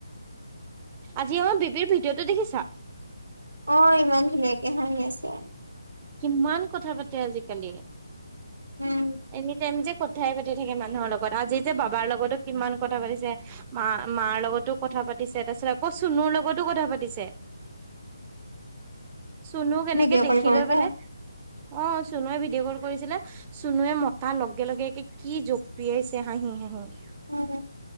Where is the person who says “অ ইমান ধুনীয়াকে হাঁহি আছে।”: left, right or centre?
Right